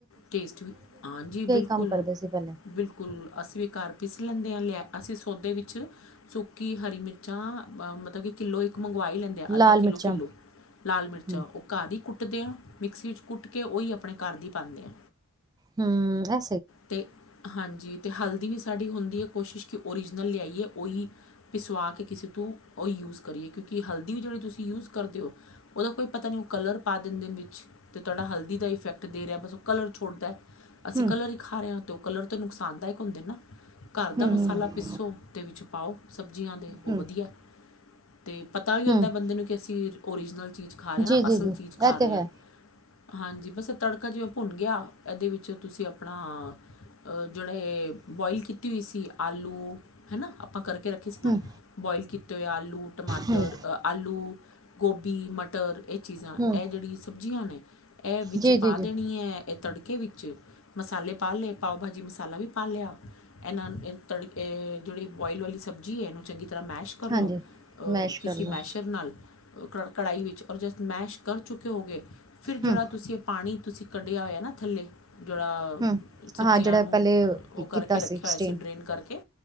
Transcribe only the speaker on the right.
ਕੰਮ ਕਰਦੇ ਸੀ ਪਹਿਲੇ
ਲਾਲ
ਮਿਰਚਾਂ
ਹੂੰ
ਹੂੰ, ਐ
ਹੂੰ,
ਹੂੰ,
ਹੂੰ,
ਹੂੰ,
ਹੂੰ
ਜੀ-ਜੀ-ਜੀ
ਇਹ ਤੇ
ਹੈ।
ਹੂੰ,
ਹੂੰ,
ਹੂੰ
ਜੀ-ਜੀ-ਜੀ
ਹਾਂਜੀ ਮੈਸ਼
ਕਰ ਲੋ
ਹੂੰ
ਹੂੰ
ਹਾਂ ਜਿਹੜਾ
ਪਹਿਲੇ
ਕੀਤਾ
ਸਟੇਨ